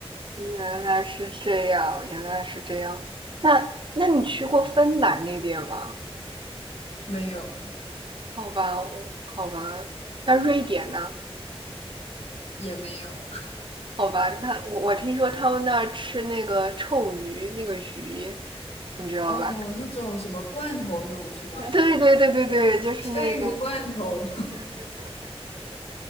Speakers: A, on the right; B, on the left.
A: 原来是这样，原来是这样。那那你去过芬兰那边吗？
B: 没有，
A: 好吧，我好吧。那瑞典呢？
B: 也没有
A: 好吧，那我我听说他们那儿吃那个臭鱼，那个鱼，你知道吧？
B: 哦，那种什么罐头那种是吧？
A: <laughs> 对对对对对，就是那种。
B: 鲱鱼罐头，